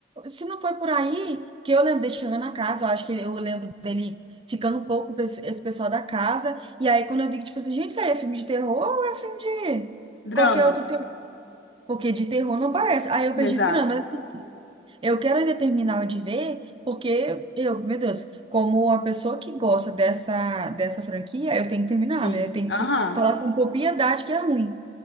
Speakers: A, on the right; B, on the left.
A: Se não foi por aí, que eu lembro dele chegando na casa, eu acho que eu lembro dele ficando um pouco com esse esse pessoal da casa. E aí, quando eu vi que, tipo assim, gente, isso aí é filme de terror ou é filme de
B: de drama.
A: qualquer outro terror? Porque de terror não parece. Aí eu perdi
B: Exato.
A: esperando, mas assim... Eu quero ainda terminar de ver, porque eu, meu Deus, como a pessoa que gosta dessa, dessa franquia, eu tenho que terminar,
B: Sim.
A: né? Eu tenho
B: Aham.
A: que falar com propriedade que é ruim.